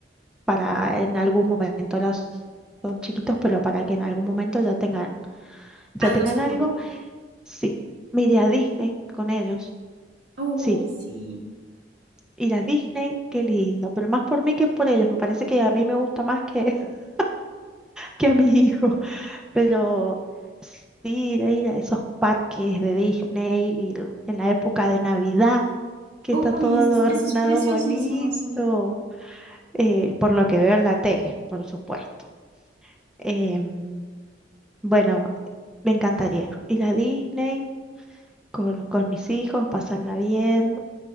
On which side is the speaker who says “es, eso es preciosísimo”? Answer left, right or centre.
Right